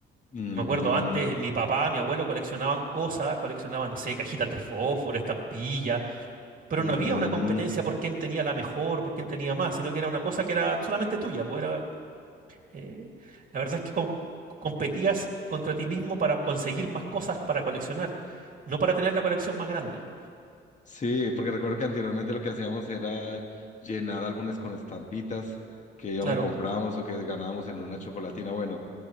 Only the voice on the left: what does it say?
Ujú,
ujú.
Sí, porque recuerdo que anteriormente lo que hacíamos era llenar álbumes con estampitas que ya
me comprábamos o que ganábamos en una chocolatina. Bueno,